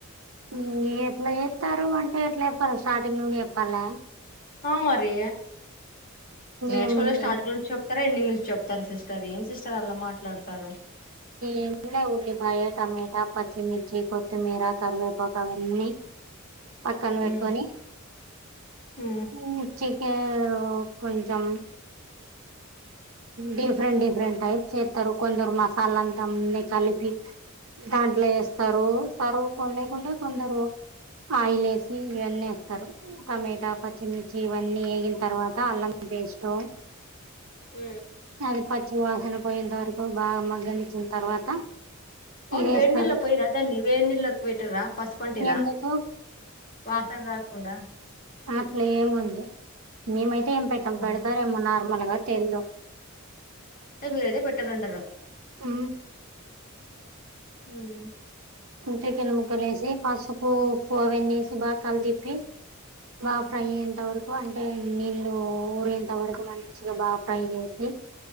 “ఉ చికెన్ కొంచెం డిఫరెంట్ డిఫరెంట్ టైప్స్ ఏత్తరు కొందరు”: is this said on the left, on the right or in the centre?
Right